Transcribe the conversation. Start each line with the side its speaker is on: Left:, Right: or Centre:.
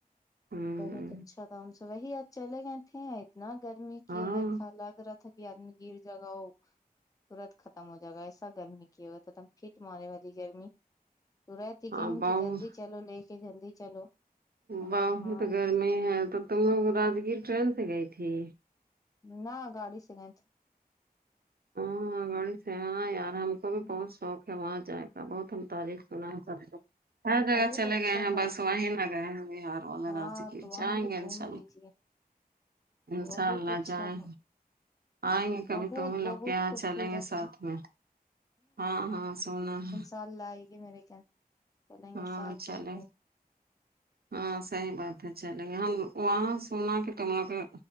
Right: ہوں
Left: بہت اچھا تھا ان سے وہی آج چلے گئے تھے یہ آئے اتنا گرمی کیے
Right: ہاں
Left: ہوئے تھا لگ رہا تھا کہ آدمی گر جگاؤ تورنت ختم ہو جائے گا ایسا گرمی کی ہو تھا ایک دم ہٹ مارے والی گرمی تو رہتی
Right: ہاں
Left: کہیں
Right: بہت
Left: کہ جلدی چلو لے کے جلدی چلو ہم
Right: بہت
Left: بولا ہاں
Right: گرمی ہے تو تم لوگ راجگیر ٹرین سے گئی تھی
Left: نہ گاڑی سے گئے تھے
Right: ہاں گاڑی سے یارا ہم کو
Left: تھے
Right: بھی بہت شوق وہاں جائے گا بہت ہم تعریف سنا ہے سب سے ہر جگہ
Left: بہت
Right: چلے
Left: اچھا
Right: گئے ہیں
Left: ہے
Right: بس وہیں نہ گئے ہیں بہار والے
Left: ہاں
Right: راجگر
Left: تو وہاں
Right: جائیں
Left: بھی گھوم
Right: گے انشاء اللہ
Left: <inaudible>
Right: انشاء
Left: بہت
Right: اللہ
Left: اچھا
Right: جان
Left: ہے
Right: آئیں گے کبھی
Left: بہت
Right: تو ملوں
Left: بہت
Right: گی آپ ہاں
Left: خوبصورت
Right: چلیں گے ساتھ
Left: ہے
Right: میں ہاں ہاں سونا ہے
Left: کل آئے گی میرے جان چلیں گے
Right: ہاں
Left: ساتھ
Right: چلیں
Left: میں کو
Right: ہاں صحیح بات ہے چلے وہاں سونا کہ دکان میں